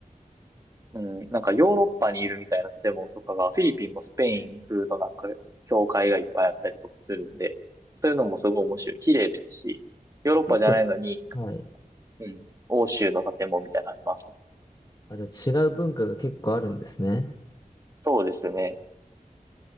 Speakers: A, on the right; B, on the left.
A: うん。なんかヨーロッパにいるみたいな建物とかが、フィリピンもスペイン風のなんか、教会がいっぱいあったりとかするんで、そういうのもすごい面白い。綺麗ですし、ヨーロッパじゃないのに、
B: 結構、
A: なんか
B: はい。
A: うん。欧州の建物みたいなのあります。
B: あ、じゃあ違う文化が結構あるんですね。
A: そうですね。